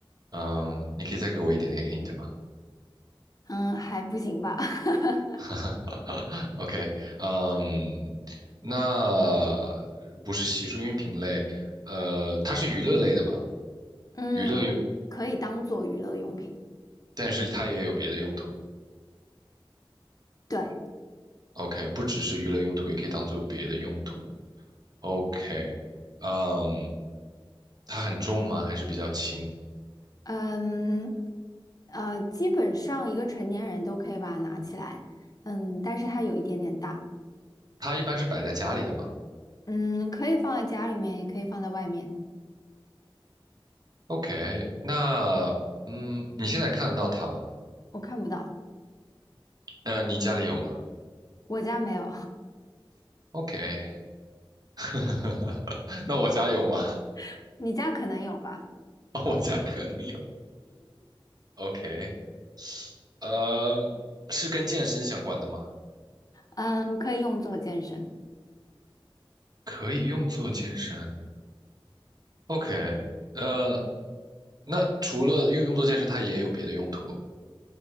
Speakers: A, on the right; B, on the left.
A: 嗯，你可以再给我一点点 hint 吗
B: 嗯还不行吧，<laughs>
A: <laughs>？OK，嗯，那不是洗漱用品类，呃，它是娱乐类的吗？
B: 嗯，
A: 娱乐用，
B: 可以可以当做娱乐用品，
A: 但是它也有别的用途。
B: 对，
A: OK，不只是娱乐用途，也可以当做别的用途。OK，嗯，它很重吗？还是比较轻？
B: 嗯，呃，基本上一个成年人都可以把它拿起来，嗯，但是它有一点点大，
A: 它一般是摆在家里的吗
B: 嗯，可以放在家里面，也可以放在外面，
A: ？OK，那嗯，你现在看得到它吗？
B: 我看不到，
A: 嗯、你家里有吗
B: 我家没有，
A: ？OK，<laughs> 那我家有吗？
B: <laughs> 你家可能有吧，
A: <laughs> 我家可能有。OK，呃，是跟健身相关的吗？
B: 嗯，可以用做健身，
A: 可以用作健身。OK，呃，那除了用用作健身，它也有别的用途。